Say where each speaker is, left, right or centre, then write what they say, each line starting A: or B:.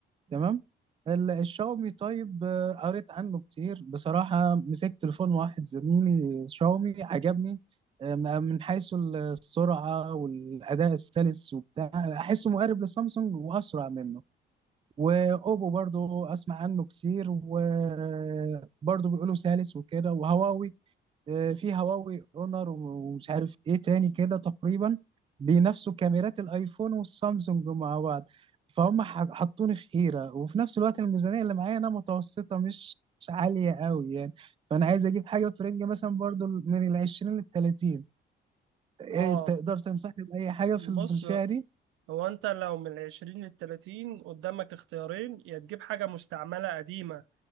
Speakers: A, on the right; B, on the right.
A: تمام ال- الشاومي طيب آه، قريت عنه كتير بصراحة مسكت تليفون واحد زميلي شاومي عجبني آه، م- من حيث ال- السرعة والأداء السلس وبتاع أحسه مقارب لسامسونج وأسرع منه وأوبو برضو أسمع عنه كتير وبرضو بيقولوا سلس وكده وهواوي آه، في هواوي اونر ومش عارف ايه تاني كده تقريبا بينافسوا كاميرات الايفون والسامسونج مع بعض فهم ح- حطوني في حيرة وفي نفس الوقت الميزانية اللي معايا انا متوسطة مش مش عالية قوي يعني فانا عايز اجيب حاجة في رينج مثلا برضو من العشرين للتلاتين إيه
B: اه
A: تقدر تنصحني بأي حاجة
B: بص
A: في في الفئة دي؟
B: هو انت لو من العشرين للتلاتين قدامك اختيارين يا تجيب حاجة مستعملة قديمة